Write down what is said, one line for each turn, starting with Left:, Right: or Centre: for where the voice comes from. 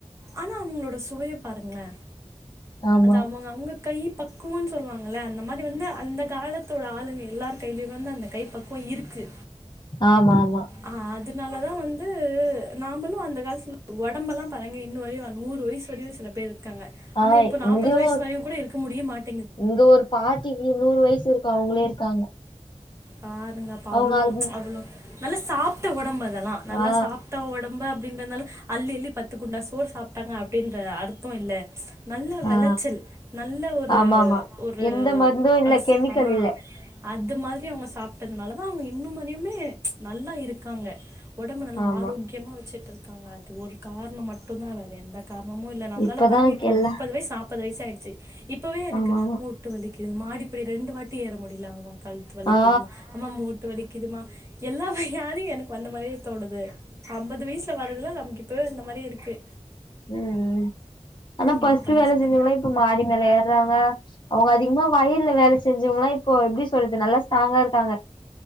Right: ஆனா அவங்களோட சுவைய பாருங்களே
Left: ஆமா
Right: அது அவங்க அவங்க கை பக் பக்குவன்னு சொல்லுவாங்கள்ல அந்த மாறி வந்து அந்த காலத்தோட ஆளுங்க எல்லார் கைலயும் வந்து அந்த கை பக்குவம் இருக்கு
Left: ஆமாமா
Right: அ அதனால தா வந்து நாமளும் அந்த காலத்துல ஒடம்பெலாம் பாருங்க இன்னு வரையு நூறு வயசு வரையு சில பேர் இருக்காங்க
Left: ஆ
Right: ஆனா இப்ப நாப்பது
Left: இங்கயு
Right: வயசு வரையும் கூட இருக்க முடிய மாட்
Left: இங்க ஒரு பாட்டிக்கு நூறு வயசு இருக்கு அவங்களே இருக்காங்க
Right: பாருங்க அப்ப
Left: அவங்க
Right: அவ்ளோ
Left: அது
Right: அவ்ளோ நல்லா சாப்ட ஒடம்பு அதல்லாம் நல்லா
Left: ஆ
Right: சாப்ட ஒடம்பு அப்டின்றதுனால அள்ளி அள்ளி பத்து குண்டா சோறு சாப்டாங்க அப்டின்ற அர்த்தம் இல்ல நல்ல வெளச்சல்
Left: ஆ
Right: நல்ல ஒரு
Left: ஆமா ஆமா
Right: ஒரு
Left: எந்த மருந்து இல்ல
Right: அரசு
Left: கெமிக்கல் இல்ல
Right: ஆ அது மாதிரி அவுங்க சாப்டதுனாலதா அவுங்க இன்னுமரையுமே நல்லா இருக்காங்க ஒடம்பு நல்லா
Left: ஆமா
Right: ஆரோக்கியமா வெச்சுட்ருக்காங்க அது ஒரு காரணோ மட்டுதா வேற எந்த காரணமு இல்ல நம்மளால
Left: இப்பதா
Right: பாருங்க இப்போ
Left: எல்லா
Right: ஒரு முப்பது வய்சு நாப்பது வய்சு ஆய்ருச்சு இப்பவே எனக்கு
Left: ஆமா ஆமா
Right: மூட் டு வலிக்குது மாடிப்படி ரெண்டு வாட்டி ஏற முடில ஆமா கழுத்து வலிக்குதுமா
Left: ஆ
Right: அம்மா மூட்டு வலிக்குதுமா எல்லா வக வியாதியு எனக்கு வந்த மாரியே தோணுது ஐம்பது வய்சுல வரதுல்லா நமக்கு இப்பவே வந்த மாரியே இருக்கு
Left: ம் ம் ஆனா
Right: என்ன
Left: ஃபஸ்ட்
Right: பண்ண
Left: வேல
Right: சொல்ற
Left: செஞ்சங்களா இப்ப மாடி மேல ஏறாங்க அவுங்க அதிகமா வயல்ல வேல செஞ்சோங்கலா இப்போ எப்டி சொல்றது நல்லா ஸ்ட்ராங்கா இருக்காங்க